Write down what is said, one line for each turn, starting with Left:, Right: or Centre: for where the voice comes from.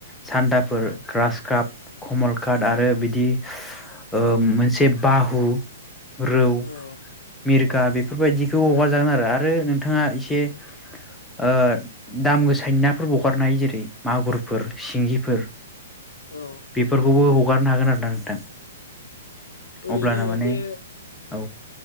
Centre: सान्दाफोर
Left: औ
Centre: ग्रास काप कमल काट आरो बिदि ओ मोनसे बाहु रौ
Left: औ
Centre: मिरगा
Left: औ
Centre: बेफोरबायदि बे हगार जागोन आरो आरो नोंथाङा एसे ओ दाम गोसानि नाफोरबो हगारनो हायो जेरै मागुरफोर सिंगिफोर
Left: औ
Centre: बेफोरखौबो हगारनो हागोन आरोना नोंथां।
Left: ओरैनो
Centre: अब्लाना माने
Left: बे
Centre: औ